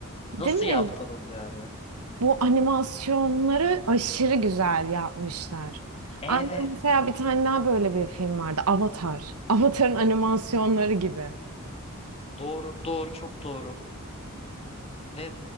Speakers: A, on the left; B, on the right.
A: Nasıl
B: Değil mi?
A: yaptınız yani?
B: Bu animasyonları aşırı güzel yapmışlar.
A: Evet.
B: Aynı mesela bir tane daha böyle bir film vardı. Avatar. Avatar'ın animasyonları gibi.
A: Doğru, doğru, çok doğru. Ve